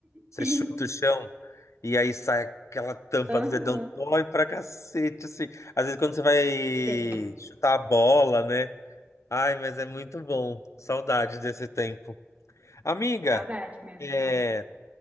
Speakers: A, on the left (about 85°); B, on the right (about 30°).
A: você
B: Sim,
A: chuta o chão e aí sai aquela tampa
B: aham,
A: do dedão dói pra cacete, assim. Às vezes quando você vai
B: Sei.
A: chutar a bola, né? Ai, mas é muito bom. Saudades desse tempo. Amiga,
B: Saudade mesmo,
A: é,
B: nossa.